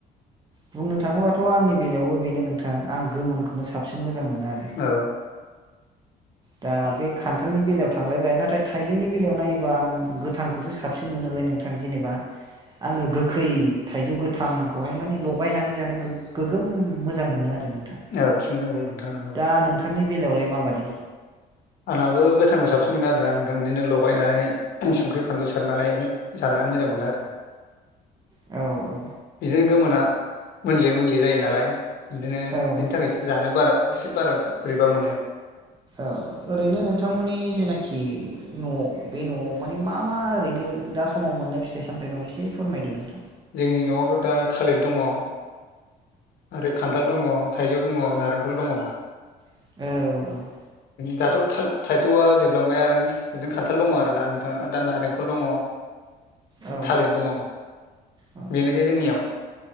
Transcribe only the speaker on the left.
औ
औ थिं दङ नोंथां नंगौ
आंनाबो गोथांखौ साबसिन मोनो आरोना नोंथां बिदिनो लगायनानै संख्रि फानलु सारनानै जानानै ना मोजां मोना आरो
बिदिनो गोमोना मोनले मोनले जायो नालाय बिदिनो
बेनि थाखाय जानो बारा एसे बारा बोरैबा मोनो।
जोंनि नआवथ दा थालिर दङ आरो खान्थाल दङ थाइजौ नारेंखल दङ
दाथ थाल-थाइजौआ जोबलांबाय आरो बिदिनो खान्थाल दङ आरोना नोंथाङा आरो दा नारेंखल दङ।
थालिर दङ
बेनोसै जोंनियाव